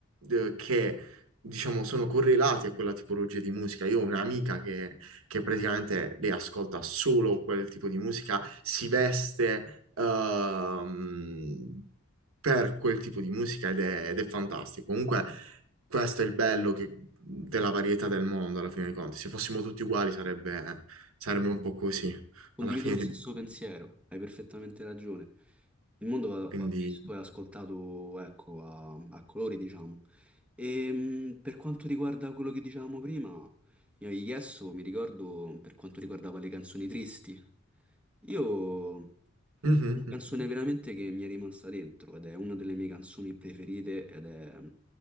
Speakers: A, on the right (about 80°); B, in the centre.
A: eh, che diciamo, sono correlati a quella tipologia di musica. Io ho un'amica che, che praticamente lei ascolta solo quel tipo di musica, si veste ehm, per quel tipo di musica ed è, ed è fantastico. Comunque, questo è il bello che- della varietà del mondo, alla fine dei conti. Se fossimo tutti uguali sarebbe, sarebbe un po' così,
B: Condivido
A: alla fine
B: lo stesso
A: dei conti.
B: pensiero, hai perfettamente ragione. Il mondo va,
A: Quindi...
B: va visto e ascoltato, ecco, a, a colori, diciamo. E per quanto riguarda quello che dicevamo prima, io gli Yes, mi ricordo per quanto riguardava le canzoni tristi. Io ho
A: Mhm.
B: una canzone
A: mhm.
B: veramente che mi è rimasta dentro ed è una delle mie canzoni preferite ed è